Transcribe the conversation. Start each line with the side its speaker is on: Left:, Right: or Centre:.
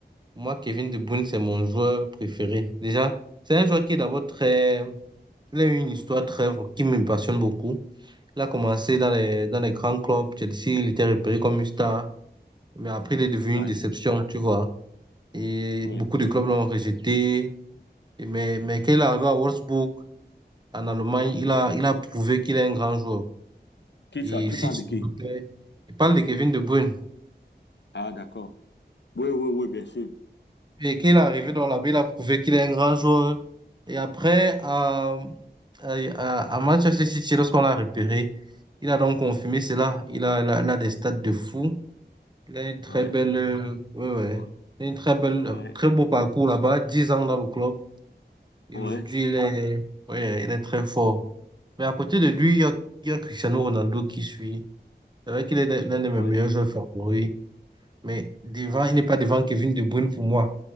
Right: Moi, Kevin De Bruyne, c'est mon joueur préféré. Déjà, c'est un joueur qui est d'abord très... Il a eu une histoire très... qui me passionne beaucoup. Il a commencé dans les, dans les grands clubs. Chelsea, il était repéré comme une star. Mais après, il est devenu
Left: Ouais,
Right: une déception, tu vois. Et
Left: oui.
Right: beaucoup de clubs l'ont rejeté. Et mais, mais quand il est arrivé à Wolfsburg, en Allemagne, il a, il a prouvé qu'il est un grand joueur.
Left: Qui
Right: Et
Left: ça? Tu
Right: si
Left: parles
Right: tu
Left: de qui?
Right: l'écoutais, il parle de Kevin De Bruyne.
Left: Ah, d'accord. Oui, oui, oui, bien sûr.
Right: Et qu'il est arrivé dans la ville, il a prouvé qu'il est un grand joueur. Et après, à, à, à- à Manchester City, lorsqu'on l'a repéré, il a donc confirmé cela. Il a, il a, il a des stats de fou. Il a une très
Left: Ouais,
Right: belle, euh, ouais, ouais.
Left: ouais,
Right: Il a une très belle,
Left: ouais,
Right: très beau parcours là-bas, 10 ans dans le club. Et
Left: ouais,
Right: aujourd'hui, il est, ouais, il est très fort. Mais à côté de lui, il y a, il y a Cristiano Ronaldo qui suit. C'est vrai qu'il est l'un de mes
Left: ouais.
Right: meilleurs joueurs favoris. Mais devant, il n'est pas devant Kevin De Bruyne pour moi.